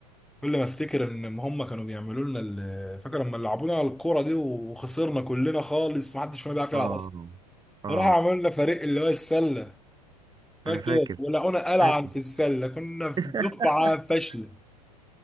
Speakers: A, in the centre; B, on the right.
A: كل ما افتكر ان هم كانوا بيعملوا لنا ال- فاكر لما لعبونا على الكوره دي وخسرنا كلنا خالص ما حدش فينا بيعرف يلعب
B: اه
A: اصلا
B: اه
A: وراحوا عملوا لنا فريق اللي هو السله فاكر
B: انا فاكر
A: ولقونا قلعا
B: فاكر
A: في السله كنا في
B: <laughs>
A: دفعه فاشله